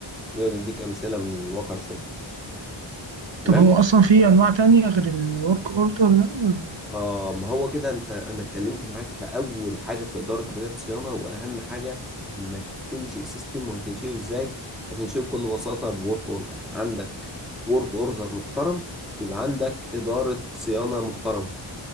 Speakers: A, in the centre; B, on the right.
A: بيقعد يديك امثله من واقع الشغل تمام
B: طب هو أصلا في أنواع تانية غير الورك أوردر ده ولا
A: اه ما هو كده انت انا اتكلمت معاك في اول حاجه في اداره عمليات الصيانه واهم حاجه انك تنشئ سيستم وهتنشئه ازاي هتنشئه بكل بساطه بورك اوردر عندك ورك اوردر محترم يبقى عندك اداره صيانه محترمه